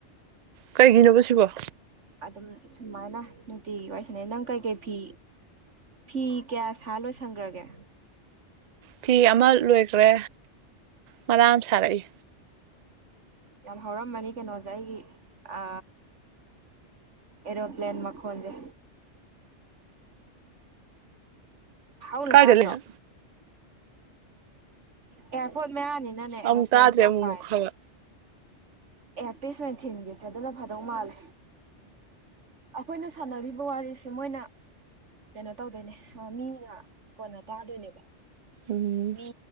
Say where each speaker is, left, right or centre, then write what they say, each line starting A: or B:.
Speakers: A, on the right; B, on the right.
A: ꯀꯩꯒꯤꯅꯣ ꯁꯤꯕꯣ
B: ꯑꯗꯨꯝ ꯁꯨꯃꯥꯏꯅ ꯅꯨꯡꯇꯤꯒꯤ ꯑꯣꯏꯁꯤꯅꯤ ꯅꯪ ꯀꯩꯀꯩ ꯐꯤ ꯐꯤ ꯀꯌꯥ ꯁꯥ ꯂꯣꯏ ꯁꯪꯈ꯭ꯔꯒꯦ
A: ꯐꯤ ꯑꯃ ꯂꯣꯏꯈ꯭ꯔꯦ ꯃꯔꯥ ꯁꯥꯔꯛꯏ
B: ꯌꯥꯝ ꯍꯧꯥꯎꯔꯝ ꯃꯅꯤ ꯀꯩꯅꯣꯖꯥꯏꯒꯤ ꯑ ꯑꯦꯔꯣꯄ꯭ꯂꯦꯟ ꯃꯈꯣꯟꯁꯦ ꯍꯥꯎꯅ
A: ꯀꯥꯏꯗ
B: ꯇꯥꯗ꯭ꯔꯣ
A: ꯂꯩꯅꯣ
B: ꯑꯦꯌꯥꯔꯄꯣꯔꯠ ꯃꯌꯥꯅꯤꯅꯅꯦ ꯑꯦꯔꯣꯄ꯭ꯂꯦꯟꯁꯦ
A: ꯑꯃꯨꯛ ꯇꯥꯗ꯭ꯔꯦ
B: ꯌꯥꯝ
A: ꯑꯃꯨꯛꯃꯨꯛ
B: ꯄꯥꯏ
A: ꯈꯔ
B: ꯑꯦ ꯄꯤꯁ ꯑꯣꯏꯅ ꯊꯤꯟꯒꯁꯦ ꯑꯗꯨꯅ ꯐꯥꯗꯧ ꯃꯥꯜꯂꯦ ꯑꯩꯈꯣꯏꯅ ꯁꯥꯟꯅꯔꯤꯕ ꯋꯥꯔꯤꯁꯦ ꯃꯣꯏꯅ ꯀꯩꯅꯣ ꯇꯧꯗꯣꯏꯅꯦ ꯃꯥ ꯃꯤꯅ ꯀꯣꯟꯅ ꯇꯥꯗꯣꯏꯅꯦꯕ
A: ꯎꯝ
B: ꯃꯤ